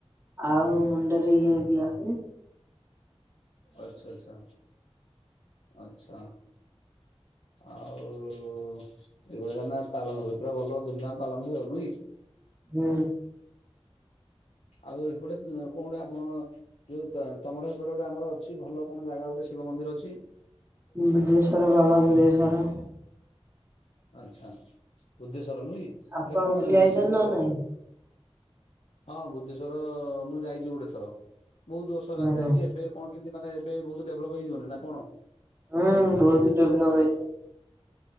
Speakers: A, on the right; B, on the left.
A: ଆଉ ମୁଣ୍ଡରେ ଇଏ ଦିଆ ହୁଏ।
B: ଆଚ୍ଛା ଆଚ୍ଛା ଆଚ୍ଛା ଆଉ ତ ଏଇଭଳିଆ ନା ପାଳନ ହୋଇଥିବ ଭଲ ବିନା ପାଳନରେ ନୁହେଁକି
A: ହୁଁ।
B: ଆଉ ଏପଟେ ସେ କୋଉଠେ ଆପଣ ଯୋଉ ତା ତମର ଏପଟେ ଗୋଟେ ଆମର ଅଛି, ଭଲ କଣ ଜାଗା ଗୋଟେ ଶିବ ମନ୍ଦିର ଅଛି।
A: ଵୁ ବୁଦ୍ଧେଶ୍ଵର ବାବା ବୁଧେଶ୍ଵର।
B: ଆଚ୍ଛା, ବୁଦ୍ଧେଶ୍ଵର ନୁହେଁ କି,
A: ଆପଣ
B: ଏଟା କଣ
A: ବୁଲି ଆଇଛନ୍ତି
B: ଶିବ
A: ନା ନାଇଁ?
B: ହଁ, ବୁଦ୍ଧେଶ୍ଵର ମୁଁ ଯାଇଛି ଗୋଟେ ଥର। ବହୁତ ବର୍ଷ ହେଲା
A: ହୁଁ
B: ଆମେ ଯାଇଛି,
A: ହୁଁ
B: ଏବେ କଣ କେମିତି ମାନେ ଏବେ ବହୁତ ଡେଭଲପ ହେଇଯିବନି ନା କଣ।
A: ହୁଁ, ବହୁତ ଡେବ୍ ଲପ ହେଇଛି।